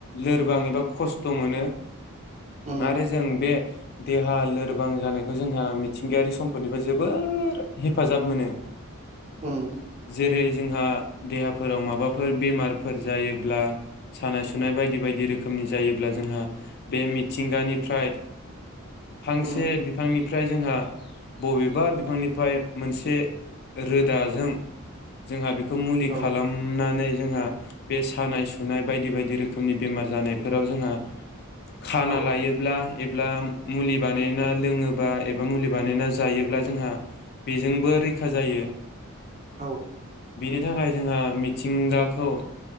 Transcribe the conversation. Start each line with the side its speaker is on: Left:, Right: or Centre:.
Left: लोरबां एबा खस्थ' मोनो।
Right: उम
Left: आरो जों बे देहा लोरबां जानायखौ जोंहा मिथिंगायारि सम्फोरनिफ्राय जोबोर हेफाजाब मोनो
Right: उम
Left: जेरै जोंहा देहाफोराव माबाफोर बेमारफोर जायोब्ला सानाय सुनाय बायदि बायदि रोखोमनि जायोब्ला जोंहा बे मिथिंगानिफ्राय फांसे
Right: उम
Left: बिफांनिफ्राय जोंहा बबेबा बिफांनिफ्राय मोनसे रोदाजों जोंहा बे खौ मुलि
Right: औ
Left: खालामनानै जोंहा बे सानाय सुनाय बायदि बायदि रोखोमनि बेमार जानायफोराव जोंहा खाना
Right: औ
Left: लायोब्ला एबा मुलि बानायना लोङोबा एबा मुलि बानायना जायोब्ला जोंहा बेजोंबो रैखा जायो
Right: औ
Left: बेनि थाखाय जोंहा मिथिंगाखौ